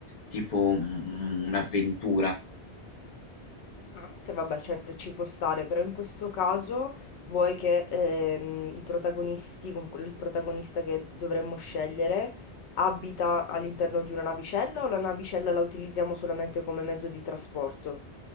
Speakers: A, on the left; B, on the left.
A: tipo un- un- un'avventura.
B: Ah, ok, vabbè, certo ci può stare, però in questo caso vuoi che ehm, i protagonisti, comunque il protagonista che dovremmo scegliere, abita all'interno di una navicella o la navicella la utilizziamo solamente come mezzo di trasporto?